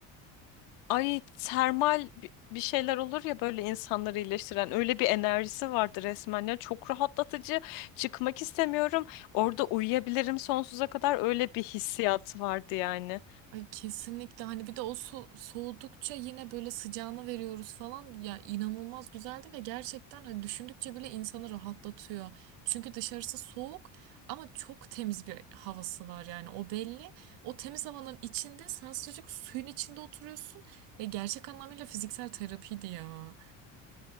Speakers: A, on the left (about 75°); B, on the right (about 80°).
A: Ay termal bi- bir şeyler olur ya böyle insanları iyileştiren öyle bir enerjisi vardı resmen ya çok rahatlatıcı çıkmak istemiyorum orada uyuyabilirim sonsuza kadar öyle bir hissiyat vardı yani.
B: Ay kesinlikle hani bir de o so- soğudukça yine böyle sıcağını veriyoruz falan ya inanılmaz güzeldi ve gerçekten hani düşündükçe bile insanı rahatlatıyor. Çünkü dışarısı soğuk ama çok temiz bir havası var yani o belli. O temiz havanın içinde sen sıcacık suyun içinde oturuyorsun. Ya gerçek anlamıyla fiziksel terapiydi ya.